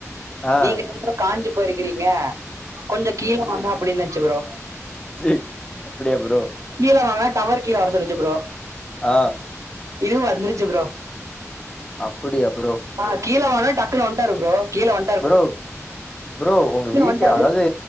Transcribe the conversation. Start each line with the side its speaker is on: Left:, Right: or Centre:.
Left: ஆ
Right: நீங்க என்ற காஞ்சு போயிருக்கிறீங்க கொஞ்ச கீழ வந்தா அப்டின்னுச்சு ப்ரோ
Left: சே அப்படியா ப்ரோ
Right: கீழ வாங்க டவர் கீழ வர சொல்லுச்சு ப்ரோ
Left: ஆ
Right: இதுவு வந்துருச்சி ப்ரோ
Left: அப்படியா ப்ரோ
Right: ஆ கீழ வானா டக்குனு வண்டாரு ப்ரோ கீழ வண்
Left: ப்ரோ ப்ரோ ஒங்க வீட்டு
Right: வந்துட்டாரு
Left: அதாது